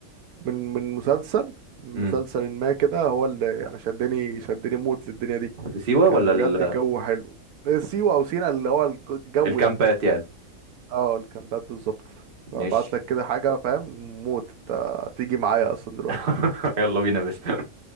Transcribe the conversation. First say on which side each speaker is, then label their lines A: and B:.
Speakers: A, on the right; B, on the right.
A: من من مسلسل من
B: امم
A: مسلسل ما كده هو اللي يعني شدني شدني موت للدنيا دي
B: سيوه
A: كان
B: ولا
A: بجد
B: ال...
A: الجو حلو سيوة او سينا اللي هو الج- الجو
B: الكامبات
A: ده
B: يعني
A: اه الكامبات بالظبط ابعت
B: ماشي
A: لك كده حاجة فاهم موت انت تيجي معايا اصلا دلوقتي
B: <laughs> يلا بينا يا باشا <laughs>